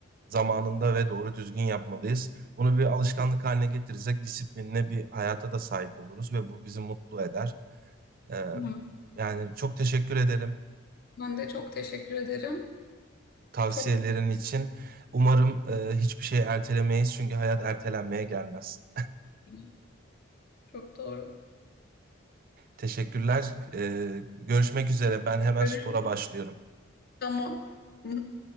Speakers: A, on the right; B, on the left.
A: zamanında ve doğru düzgün yapmalıyız. Bunu bir alışkanlık haline getirirsek disiplinli bir hayata da sahip oluruz ve bu bizi mutlu eder. Ee,
B: Hı.
A: yani çok teşekkür ederim
B: Ben de çok teşekkür ederim.
A: tavsiyelerin
B: Çok <laughs>
A: için. Umarım e, hiçbir şeyi ertelemeyiz çünkü hayat ertelenmeye gelmez.
B: Hı Çok doğru.
A: Teşekkürler. Ee, görüşmek üzere. Ben hemen
B: Görüşürüz.
A: spora başlıyorum.
B: Tamam. <laughs>